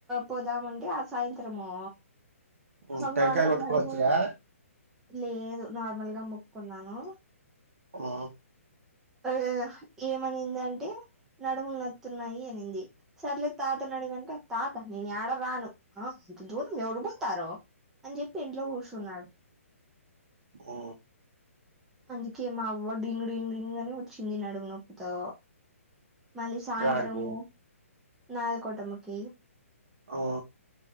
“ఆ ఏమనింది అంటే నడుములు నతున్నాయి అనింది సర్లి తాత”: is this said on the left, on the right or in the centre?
Centre